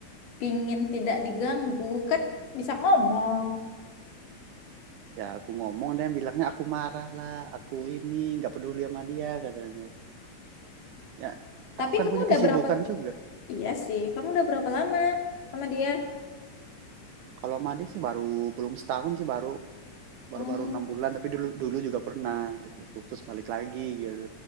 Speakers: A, on the left; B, on the right.
A: pingin tidak diganggu kan bisa ngomong
B: ya aku ngomong dia bilangnya aku marah lah aku ini nggak peduli sama dia katanya ya
A: tapi
B: aku kan
A: kamu
B: punya
A: udah
B: kesibukan
A: berapa
B: juga
A: iya sih kamu udah berapa lama sama dia
B: kalau mandi sih baru belum setahun sih baru baru
A: hmm,
B: baru enam bulan tapi dulu dulu juga pernah jadi putus balik lagi gitu